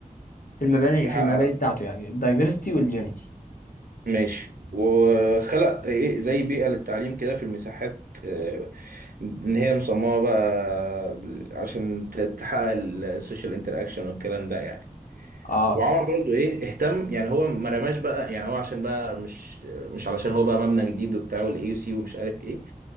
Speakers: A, on the left; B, on the right.
A: في المباني
B: يحقق
A: في المباني بتاعته يعني الدايفرستي واليونيتي
B: ماشي وخلق ايه زي بيئة للتعليم كده في المساحات آه، ان هي مصممة بقى عشان ت- تحقق السوشيال انتراكشن والكلام ده يعني
A: اه
B: وعمر برضو ايه اهتم يعني هو ما رماش بقى يعني هو عشان بقى مش مش علشان هو بقى مبنى جديد وبتاع والاي يو سي ومش عارف ايه